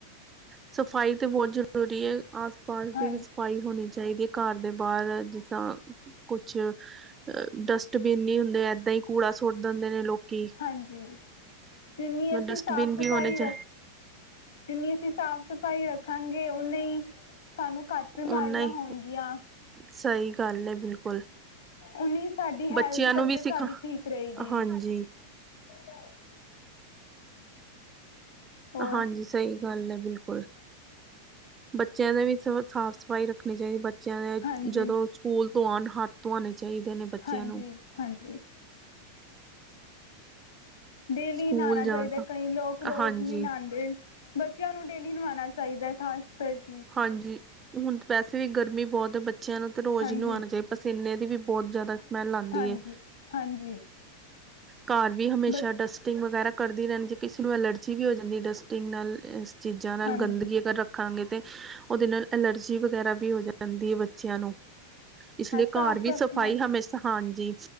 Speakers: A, on the right (about 20°); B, on the left (about 65°).
A: ਸਫ਼ਾਈ ਤੇ ਬਹੁਤ ਜ਼ਰੂਰੀ ਹੈ ਆਸ ਪਾਸ
B: ਹਾਂ
A: ਦੀ ਵਿੱਚ ਸਫਾਈ ਹੋਣੀ ਚਾਹੀਦੀ ਹੈ ਘਰ ਦੇ ਬਾਹਰ। ਜਿਸ ਤਾਂ ਕੁਛ ਡਸਟਬਿਨ ਨਹੀਂ ਹੁੰਦੇ ਏਦਾਂ ਹੀ ਕੂੜਾ ਸੁੱਟ ਦਿੰਦੇ ਨੇ ਲੋਕੀ।
B: ਹਾਂਜੀ, ਜਿੰਨੀ ਅਸੀਂ
A: ਡਸਟਬਿਨ
B: ਸਾਫ਼
A: ਵੀ
B: ਸਫ਼ਾਈ
A: ਹੋਣੇ ਚ
B: ਰੱਖ ਜਿੰਨੀ ਅਸੀਂ ਸਾਫ਼ ਸਫ਼ਾਈ ਰੱਖਾਂਗੇ ਉਓਨੀੇ ਹੀ ਸਾਨੂੰ ਘੱਟ ਬਿਮਾਰੀਆਂ
A: ਓਨਾ ਹੀ
B: ਹੋਣਗੀਆਂ।
A: ਸਹੀ ਗੱਲ ਹੈ ਬਿਲਕੁਲ
B: ਉਨੀ ਸਾਡੀ ਹੈਲਥ
A: ਬੱਚਿਆਂ ਨੂੰ
B: ਤਬੀਅਤ
A: ਵੀ ਸਿਖਾ
B: ਸਾਡੀ ਠੀਕ ਰਹੇਗੀ।
A: ਹਾਂਜੀ
B: <unintelligible> ਹੋਰ
A: ਹਾਂਜੀ। ਸਹੀ ਗੱਲ ਹੈ ਬਿਲਕੁਲ। ਬੱਚਿਆਂ ਦਾ ਵੀ ਸ ਸਾਫ਼- ਸਫ਼ਾਈ ਰੱਖਣੀ ਚਾਹੀਦੀ। ਬੱਚਿਆਂ ਦੇ
B: ਹਾਂਜੀ
A: ਜਦੋਂ ਸਕੂਲ ਤੋਂ ਆਉਣ ਹੱਥ ਧੋ ਆਉਣੇ ਚਾਹੀਦੇ ਨੇ। ਬੱਚਿਆਂ
B: ਹਾਂਜੀ
A: ਨੂੰ
B: ਹਾਂਜੀ। ਡੇਲੀ
A: ਸਕੂਲ
B: ਨਹਾਉਣਾ
A: ਜਾਣ
B: ਚਾਹੀਦਾ।
A: ਤਾਂ
B: ਕਈ ਲੋਕ ਰੋਜ਼
A: ਹਾਂਜੀ
B: ਨਹੀਂ ਨਹਾਉਂਦੇ। ਬੱਚਿਆਂ ਨੂੰ ਡੇਲੀ ਨਵਾਉਣਾ ਚਾਹੀਦਾ ਹੈ ਖਾਸ ਕਰਕੇ।
A: ਹਾਂਜੀ, ਹੁਣ ਵੈਸੇ ਵੀ ਗਰਮੀ ਬਹੁਤ ਹੈ ਬੱਚਿਆਂ ਨੂੰ ਤੇ ਰੋਜ਼
B: ਹਾਂਜੀ
A: ਹੀ ਨੂੰ ਆਉਣਾ ਚਾਹੀਦਾ। ਸੀਨੇ ਦੀ ਵੀ ਬਹੁਤ ਜ਼ਿਆਦਾ ਸਮੈਲ ਆਉਂਦੀ
B: ਹਾਂਜੀ।
A: ਹੈ
B: ਹਾਂਜੀ।
A: ਘਰ ਵੀ ਹਮੇਸ਼ਾ
B: ਬ
A: ਡਸਟ ਡਸਟਿੰਗ ਵਗੈਰਾ ਕਰਦੀ ਰਹਿੰਦੀ ਜੇ ਕਿਸੇ ਨੂੰ ਐਲਰਜੀ ਵੀ ਹੋ ਜਾਂਦੀ ਡਸਟਿੰਗ ਨਾਲ ਇਸ ਚੀਜ਼ਾਂ ਨਾਲ
B: ਹਾਂਜੀ
A: ਗੰਦਗੀ ਅਗਰ ਰੱਖ। ਰੱਖਾਂਗੇ। ਤੇ ਉਹਦੇ ਨਾਲ ਅਲਰਜੀ ਵਗੈਰਾ ਵੀ ਹੋ ਜਾਂਦੀ ਹੈ ਬੱਚਿਆਂ ਨੂੰ। ਇਸ ਲਈ
B: ਸਾਫ਼
A: ਘਰ ਵੀ ਸਫ਼ਾਈ
B: ਰੱਖਣਾ
A: ਹਮੇਸ਼ਾ ਹਾਂਜੀ,